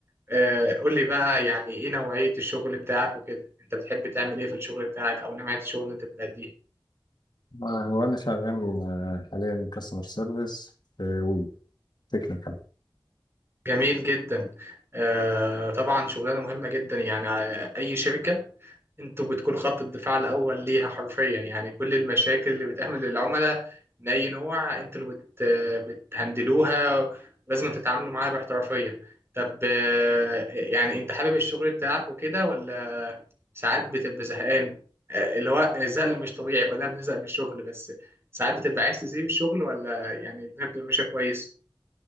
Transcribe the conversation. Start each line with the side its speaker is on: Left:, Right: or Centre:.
Right: آه، قول لي بقى يعني ايه نوعية الشغل بتاعك وكده انت بتحب تعمل ايه في الشغل بتاعك او نوعية الشغل اللي انت بتأديه
Left: آه، هو انا شغال آه، حاليا كاستمر سيرفيس في وي تكنيكال
Right: جميل جدا آه، طبعا شغلانه مهمه جدا يعني آه، اي شركه انتوا بتكون خط الدفاع الاول ليها حرفيا يعني كل المشاكل اللي بتقابل للعملاء من اي نوع انتوا اللي بت بتهندلوها لازم تتعاملوا معاها باحترافيه طب آه، يعني انت حابب الشغل بتاعك وكده ولا ساعات بتبقى زهقان آه، اللي هو الزهق مش طبيعي كلنا بنزهق من الشغل بس ساعات بتبقى عايز تسيب الشغل ولا يعني الدنيا بتبقى ماشيه كويس